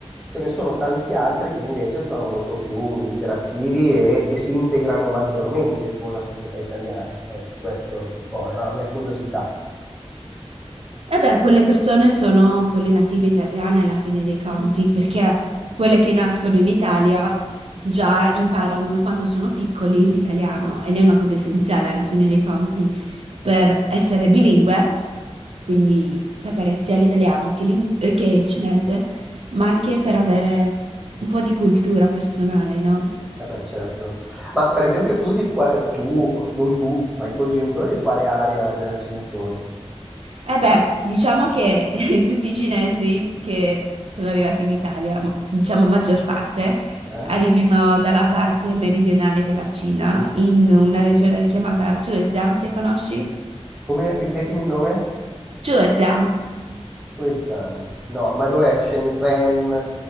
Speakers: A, in the centre; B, on the right.
A: Ce ne sono tanti altri che invece sono molto più interattivi e, e si integrano maggiormente con la società italiana. Ecco, questo un po' era la mia curiosità.
B: E beh, quelle persone sono quelle native italiane alla fine dei conti, perché quelle che nascono in Italia già imparano da quando sono piccoli l'italiano ed è una cosa essenziale alla fine dei conti per essere bilingue, quindi sapere sia l'italiano che, l'in- eh, che il cinese, ma anche per avere un po' di cultura personale, no?
A: Eh beh, certo. Ma per esempio tu di qua tu, non tu, ma i tuoi genitori di quale area della Cina sono?
B: Eh beh, diciamo che <laughs> tutti i cinesi che sono arrivati in Italia, ma- diciamo maggior parte,
A: Eh?
B: arrivano dalla parte meridionale della Cina, in una regione chiamata Zhejiang, se conosci?
A: Come, ripetimi il nome?
B: Zhejiang.
A: Xuezhang. No, ma dov'è? Shenzhen,